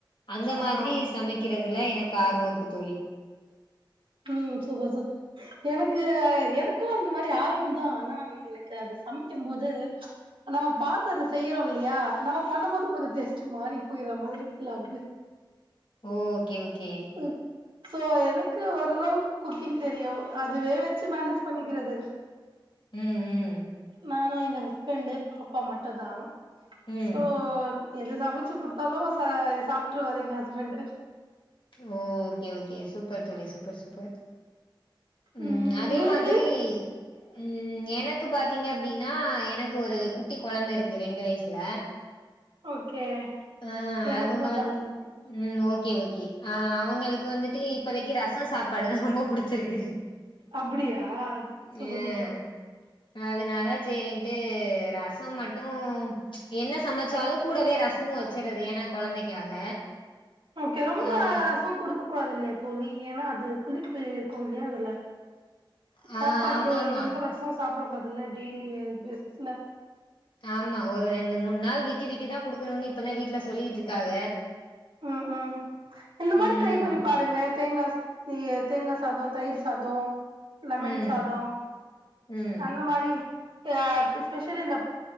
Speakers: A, on the left; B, on the right.
A: அந்த
B: ஆ
A: மாதிரி சமக்கிறதுல எனக்கு ஆர்வோ இருக்கு தோழி
B: ம் சூப்பர் சூப்பர் எனக்கு எனக்கும் இந்த மாதிரி ஆர்வோ தா ஆனா எனக்கு அது சமெக்கும் போது நா பாத்து அத செய்றோம் இல்லயா நம்ம பண்ணும் போது கொஞ்ச டேஸ்ட் மாறி போயற மாதிரி ஃபீல் ஆகுது
A: ஓ ஓகே ஓகே
B: ம் சோ எனக் கு ஓரளவு குக்கிங் தெரியு அதுவே வச்சு மேனேஜ் பண்ணிக்கிறது
A: ம் ம்
B: நானு எங்க ஹஸ்பண்ட்டு பாப்பா மட்டுந்தா
A: ம்
B: சோ எது சமெச்சு குடுத்தாலு சா சாப்ட்ருவாரு எங்க ஹஸ்பெண்ட்டு
A: ஓ ஓகே ஓகே சூப்பர் தோழி சூப்பர் சூப்பர் உம்
B: ம்
A: அதே
B: உங்களுக்கு
A: மாதிரி ம் எனக்கு பாத்தீங்க அப்டின்னா எனக்கு ஒரு குட்டி கொழந்தருக்கு ரெண்டு வயசுல
B: ஓகே
A: ஆ
B: எனக்குந்தா
A: அவுங்க வந் ம் ஓகே ஓகே ஆ அவ்ங்களுக்கு வந்துட்டு இப்பதைக்கு ரசோம் சாப்பாடு தான் ரொம்ப புடிச்சிருக்கு
B: அப்டியா
A: ஏயே
B: சூப்பர் சூப்பர்
A: அதுனால சேரின்ட்டு ரசோ மட்டும் என்ன சமச்சாலு கூடவே ரஸ் மும் வச்சர்றது ஏன்னா கொழந்தைக்காக
B: ஓகே ரொம்ப
A: ஆ
B: ரசோ குடுக்க கூடாது இல்லையா தோழி ஏனா அது புளிப்பிருக்கும் இல்லையா அதுல
A: ஆ
B: பாப்பாக்கு
A: ஆமாமா
B: ரொம்போ ரசோம் சாப்டக்கூடாதுல்ல டெய்லி பேசிஸ்ல
A: ஆமா ஒரு ரெண்டு மூணு நாள் விட்டு விட்டு தா குடுக்கணுனு இப்பதான் வீட்ல சொல்லிட்டுருக்காக
B: ம் ம் இந்த மாரி
A: ம்
B: ட்ரை பண்ணி பாருங்க தேங்கா இ தேங்கா சாதோ தயிர் சாதோ லெமன்
A: ம்
B: சாதோ
A: ம்
B: அந்த மாரி அ ஸ்பெஷலி இந்த